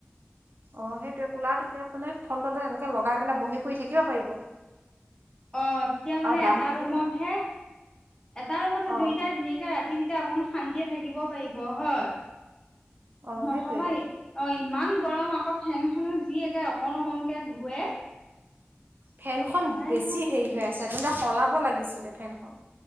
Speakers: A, on the right; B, on the left.
A: অ', সেইটোৱে, কুলাৰটো যে মানে ফ্ৰণ্টতে এনেকে লগাই পেলাই বহি কৰি থাকিব পাৰিব।
B: অ', তেতিয়া মানে
A: আৰু দামটো
B: এটা ৰুমতহে, এটা ৰুমতে
A: অ
B: দুইটাই ধুনীয়াকে ৰাতি তিনিতা অকমান শান্তিয়ে থাকিব পাৰিব হয়,
A: অ
B: নহ'ব
A: সেইটোৱেই
B: এই অ', এই ইমান গৰম আকৌ ফেন খনো যি একে অকণ অকনকে ঘূৰে।
A: ফেনখন
B: নোৱাৰে
A: বেছি
B: নহয় থাকিব
A: হেৰি হৈ আছে, তেন্তে সলাব লাগিছিলে ফেনখন।